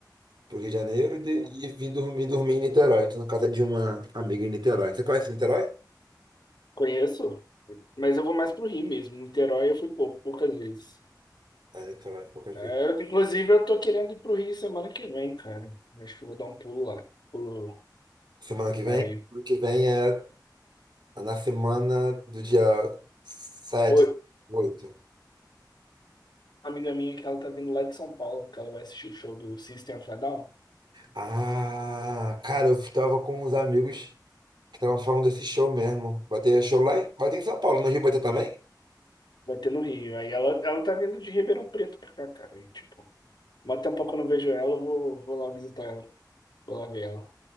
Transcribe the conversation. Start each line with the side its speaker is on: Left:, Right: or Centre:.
Right: pro Rio de Janeiro e, de-
Left: Hum,
Right: e vim dormir, dormir em Niterói. Tô na casa de uma amiga em Niterói. Você conhece Niterói?
Left: Conheço, mas eu vou mais pro Rio mesmo. Niterói eu fui pouco, poucas vezes.
Right: Ah, Niterói, poucas
Left: É,
Right: vezes.
Left: inclusive, eu tô querendo ir pro Rio semana que vem, cara. Acho que eu vou dar um pulo lá. Pulo
Right: Semana que vem?
Left: aí.
Right: Semana que vem é na semana do dia sete,
Left: Pô,
Right: 8.
Left: amiga minha que ela tá vindo lá de São Paulo, que ela vai assistir o show do System of a Down.
Right: Ah, cara, eu estava com uns amigos que estavam falando desse show mesmo. Vai ter show lá em, vai ter em São Paulo, no Rio vai ter também?
Left: Vai ter no Rio. Aí ela, ela tá vindo de Ribeirão Preto pra cá, cara. E, tipo, mó tempo que eu não vejo ela, eu vou, vou lá visitar ela. Vou lá ver ela.